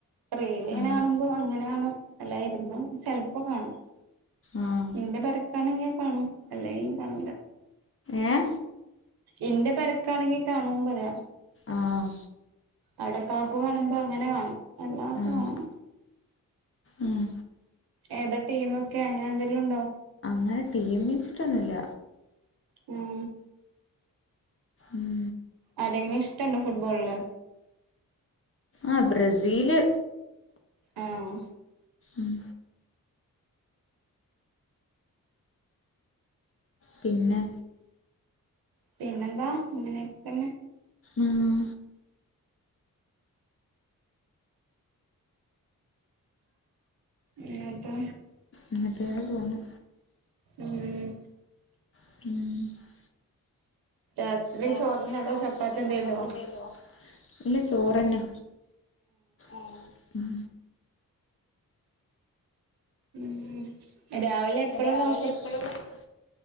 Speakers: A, on the right (about 85°); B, on the left (about 35°).
A: റീല് ഇങ്ങനെ
B: ആഹ്
A: കാണുമ്പോ അങ്ങനെ കാണും അല്ലാതിര്ന്ന് ചെലപ്പൊ കാണും
B: ആഹ്
A: ഇന്റെ പെരക്കാണെങ്കി കാണും അല്ലെങ്കി കാണൂല
B: ഏഹ്
A: ഇന്റെ പെരക്കാണെങ്കി കാണും പറയാ
B: ആഹ്
A: അവ്ടെ കാക്കു കാണുമ്പോ അങ്ങനെ കാണും അല്ലാത്താണ്
B: ആഹ് ഉം
A: ഏതാ ടീമൊക്കെ അങ്ങനെന്തെങ്കിലുണ്ടോ?
B: അങ്ങനെ ടീമ്ച്ച്ട്ടൊന്നുല്ല
A: ഉം
B: ഉം
A: ആരെങ്കിലും ഇഷ്ടണ്ടൊ ഫുട്ബോളില്
B: ആഹ് ബ്രസീല്
A: ആഹ്
B: ഉം പിന്നെ
A: പിന്നെന്താ ഇങ്ങനൊക്കെതന്നെ
B: ആഹ്
A: ഇങ്ങൾ തോ?
B: അങ്ങൻത്തേനെ പോണ്
A: ഉം
B: ഉം
A: രാത്രി
B: രാത്രി
A: ചോറന്നെ
B: ചോറെന്നേ
A: ചപ്പാത്തി
B: അതോ
A: എന്തേലോ
B: ചപ്പാത്തിയെന്തേലോ ഇല്ല ചോറെന്നെ ആഹ് ഉം
A: ഉം അ രാവിലെ എപ്പളാ
B: രാവിലെ
A: ക്ലാസ്
B: എപ്പളാ ക്ലാസ്